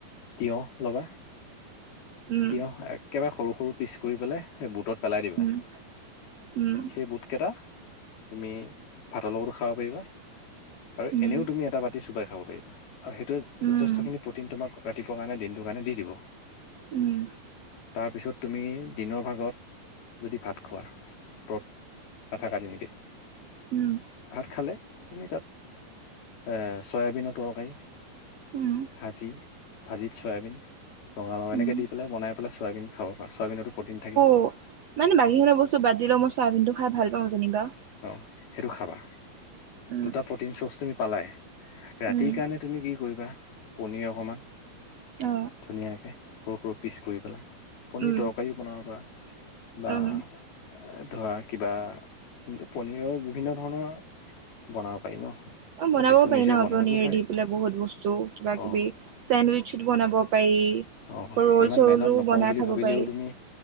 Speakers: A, on the left (about 75°); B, on the right (about 65°).
A: তিয়হ লবা
B: উম
A: তিয়হ একেবাৰে সৰু -সৰু পিছ কৰি পেলাই সে বুটত পেলাই দিবা
B: উম উম
A: সেই বুট কেইটা। তুমি ভাতৰ লগতো খাব পাৰিবা আৰু
B: উম
A: এনেও তুমি এটা বাতি চোবাই খাব পাৰিবা। অ, সেইটোত
B: উম
A: যথেষ্ট খিনি প্ৰটিন তোমাক ৰাতিপুৱা মানে দিনটোৰ কাৰণে দি দিব।
B: উম।
A: তাৰপিছত তুমি দিনৰ ভাগত যদি ভাত খোৱা, ত নাথাকা দিনকেই,
B: উম
A: ভাত খালে। তুমি তাত এ চয়াবিনত তৰকাৰি,
B: উম
A: ভাজি। ভাজিত চয়াবিন ৰঙা - ৰঙা
B: উম
A: এনেকৈ দি পেলাই চয়াবিন খাব পাৰ, চয়াবিনতো প্ৰ'টিন থাকে।
B: ব মানে বাকীখনৰ বস্তু বাদ দিলও মই চাহাবিনটো খাই ভাল পাওঁ যেনিবা।
A: অ সেইটো খাবা।
B: উম
A: দুটা প্ৰটিন চ'চ তুমি পালাই। ৰাতিৰ
B: উম
A: কাৰণে তুমি কি কৰিবা, পনীৰ অকমান
B: অ।
A: ধুনীয়াকৈ সৰু - সৰু পিচ কৰি পেলাই, পনীৰ
B: উম
A: তৰকাৰীও বনাব পাৰা বা
B: উম
A: এ ধৰা কিবা কিন্তু পনীৰৰ বিভিন্ন ধৰণৰ বনাব পাৰি ন।
B: অ
A: ত'
B: বনাব
A: সেইটো
B: পাৰি
A: নিজে
B: ন
A: বনাই
B: আ পনিৰে
A: লব পাৰি
B: দি পেলাই বহুত বস্তু কিবা -
A: অ
B: কিবি চেণ্ডউইচত বনাব পাৰি
A: অঁ
B: ৰল
A: ইমান
B: চৰলো
A: মেহনত নকওঁ
B: বনাই
A: বুলি
B: খাব
A: ভাবিলেও
B: পাৰি
A: তুমি